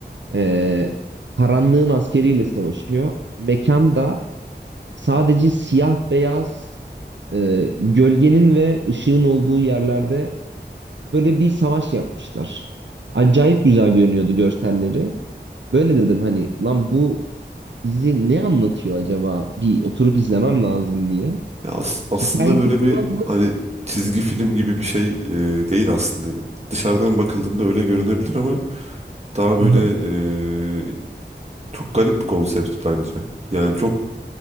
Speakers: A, on the right; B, on the right.
A: e, karanlığın askeriyle savaşıyor. Mekanda sadece siyah beyaz e, gölgenin ve ışığın olduğu yerlerde böyle bir savaş yapmışlar. Acayip güzel görünüyordu görselleri. Böyle dedim hani lan bu bizi ne anlatıyor acaba? Bir oturup izlemem lazım diye.
B: Ya as- aslında
A: Hikayesi
B: böyle
A: falan
B: bir
A: nasıl?
B: hani çizgi film gibi bir şey e, değil aslında. Dışarıdan bakıldığında öyle görünebilir ama daha böyle
A: Hı hı.
B: e, çok garip bir konsept bence. Yani çok